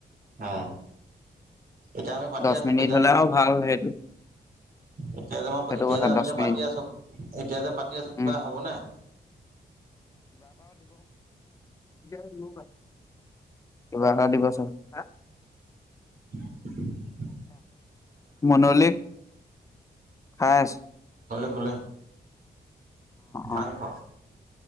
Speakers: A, on the right (about 55°); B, on the left (about 20°).
A: উম! এতিয়া আমি পাতি
B: দহ
A: আছো
B: মিনিট
A: কেতিয়া
B: হ'লে আৰু ভাল সেইটো
A: এতিয়া যে
B: সেইটো
A: এতিয়া
B: কথা
A: যে আমি
B: দহ
A: যে
B: মিনিট
A: পাতি আছো এতিয়া যে পাতি আছো কিবা
B: উম
A: হ'বনে?
B: দে মবাই কিবা এটা দিবছৰ হ
A: উ
B: মনল খাইছ
A: ফুল! মাংস।
B: অ